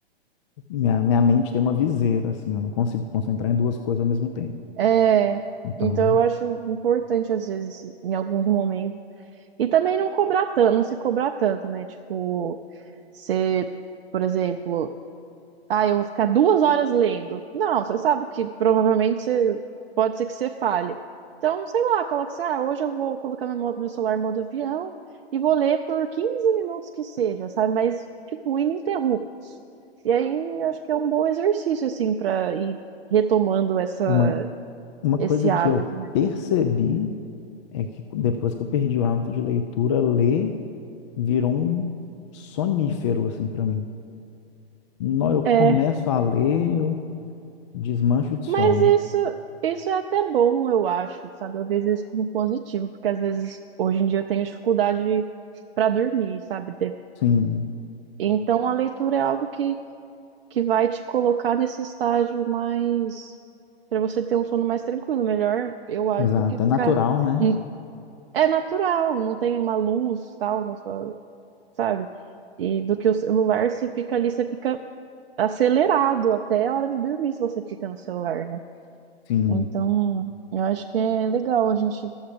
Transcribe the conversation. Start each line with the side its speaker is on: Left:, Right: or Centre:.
Left: minha, minha mente tem uma viseira, assim, eu não consigo concentrar em duas coisas ao mesmo tempo.
Right: É,
Left: Então,
Right: então eu acho importante, às vezes, em alguns momentos. E também não cobrar tanto, não se cobrar tanto, né? Tipo, você, por exemplo, ah, eu vou ficar duas horas lendo. Não, você sabe que provavelmente você pode ser que você fale. Então, sei lá, coloca assim, ah, hoje eu vou colocar meu, mo- meu celular em modo avião e vou ler por 15 minutos que seja, sabe? Mas, tipo, ininterruptos. E aí, acho que é um bom exercício, assim, pra ir retomando essa,
Left: uma, uma
Right: esse
Left: coisa
Right: hábito.
Left: que eu
Right: né?
Left: percebi é que depois que eu perdi o hábito de leitura, ler virou um sonífero, assim, pra mim. Nó, eu começo
Right: É,
Left: a ler, eu desmancho de sono.
Right: mas isso, isso é até bom, eu acho, sabe? Eu vejo isso como positivo, porque às vezes hoje em dia eu tenho dificuldade para dormir, sabe? De-
Left: Sim,
Right: Então a leitura é algo que, que vai te colocar nesse estágio mais para você ter um sono mais tranquilo, melhor, eu acho,
Left: exato.
Right: do que ficar
Left: É natural, né?
Right: Hum, é natural, não tem uma luz tal na sua, sabe? E do que o celular, você fica ali, você fica acelerado até a hora de dormir se você fica no celular, né?
Left: Sim,
Right: Então, eu acho que é legal a gente